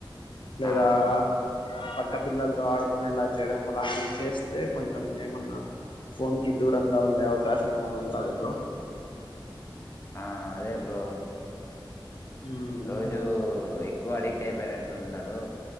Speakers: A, on the left; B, on the left.
A: లేదా
B: ఆ
A: పక్క పిల్లలతో ఆడుకొనేలా చేయడం అలాంటివి చేస్తే కొంచెం ఏమన్నా ఫోన్ కి దూరంగా ఉండే అవకాశం ఏమైన్నా ఉంటాంది బ్రో.
B: ఆ అదే బ్రో
A: మ్మ్
B: రోజూ ఎక్ టూ అడిక్ట్ అయిపోయినట్లు ఉన్నడు.